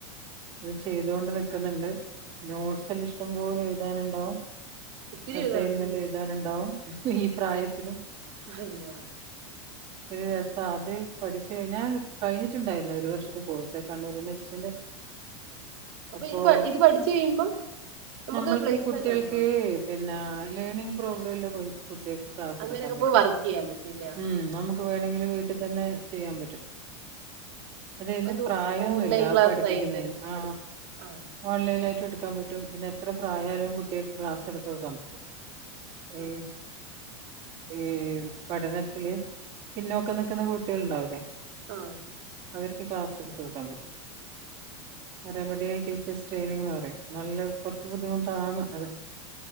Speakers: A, on the right; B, on the right.
A: ഇത് ചെയ്തോണ്ട് നിക്കുന്നുണ്ട് നോട്സെല്ലാം ഇഷ് ഇഷ്ടം പോലെ എഴുതാനുണ്ടാവും
B: ഒത്തിരി
A: അസൈൻമെന്റ്
B: എഴുതാനുണ്ടല്ലേ
A: എഴുതാനുണ്ടാവും ഈ പ്രായത്തിലും
B: ഹൈവ
A: ഒരു രസം അത് പഠിച്ച് കഴിഞ്ഞാ കഴിഞ്ഞ്ട്ടുണ്ടായിരുന്നു ഒരു വർഷത്തെ കോഴ്സ് കണ്ണൂർ യൂണിവേഴ്സിറ്റിന്റെ
B: അപ്പൊ
A: അപ്പോ
B: ഇത് ഇത് പഠിച്ചു കഴിയുമ്പോ നമുക്ക്
A: നമ്മൾക്ക്
B: പ്ലേസ്മെന്റ്
A: കുട്ടികൾക്ക്
B: ഉണ്ടോ
A: പിന്നെ ലേണിങ് പ്രോബ്ലല്ലാം പോയി കുട്ടികക്ക് ക്ലാസ്
B: അങ്ങനെയൊക്കെ
A: എടുക്കാൻ പറ്റും
B: പോയി വർക്ക് ചെയ്യാൻ പറ്റൂല്ല
A: ഉം നമുക്ക് വേണെങ്കിൽ വീട്ടിൽ തന്നെ ചെയ്യാൻ പറ്റും അതെ അയ്ന്
B: എന്തോ
A: പ്രായൊന്നുല്ല
B: ഓൺലൈൻ ക്ലാസ്
A: പഠിപ്പിക്കുന്നതിന്
B: ആയിട്ട്
A: ആ
B: പഠിപ്പിക്കും ആഹ്
A: ഓൺലൈൻ ആയിട്ട്ട് എടുക്കാൻ പറ്റും പിന്നെ എത്ര പ്രായാലും കുട്ടിയാക്ക് ക്ലാസ് എടുത്ത് കൊടുക്കാൻ പറ്റും ഈ
B: ആഹ്
A: ഈ പഠനത്തില് പിന്നോക്കം നിക്കുന്ന കുട്ടികൾ ഉണ്ടാവില്ലേ
B: ആഹ്
A: അവർക്ക് ക്ലാസ് എടുത്ത് കൊടുക്കാൻ പറ്റും റമഡിയൽ ടീച്ചേഴസ് ട്രെയിനിങ്ന്ന് പറയും നല്ല കൊർച്ച് ബുദ്ധിമുട്ടാണ് അത്